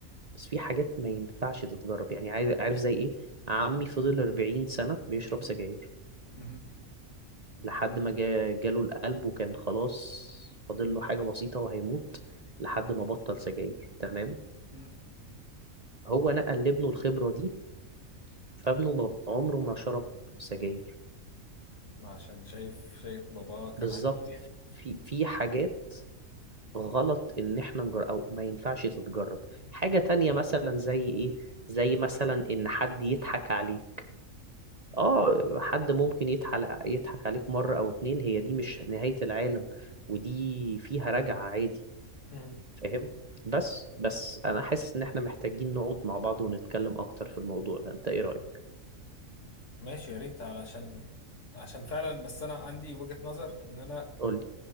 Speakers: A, on the right; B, on the left.
A: بس في حاجات ما ينفعش تتجرب يعني عايز- عارف زي ايه عمي فضل 40 سنة بيشرب
B: مم.
A: سجاير
B: مم.
A: لحد ما جا... جاله القلب وكان خلاص فاضل له حاجة بسيطة وهيموت لحد ما بطل سجاير تمام
B: مم.
A: هو نقل لابنه الخبرة دي فابنه ب- عمره ما شرب سجاير
B: عشان شايف شايف بابا كان
A: بالظبط
B: هيروح فيها
A: في
B: مم.
A: في حاجات غلط ان احنا نجرب او ما ينفعش تتجرب حاجة تانية مثلا زي ايه زي مثلا ان حد يضحك عليك اه حد ممكن يضحك يضحك عليك مرة او اتنين هي دي مش نهاية العالم ودي فيها رجعة عادي
B: مم.
A: فاهم بس بس انا حاسس ان احنا محتاجين نقعد مع بعض ونتكلم اكتر في الموضوع ده انت ايه رأيك
B: ماشي يا ريت علشان عشان فعلا بس انا عندي وجهة نظر ان انا
A: قولي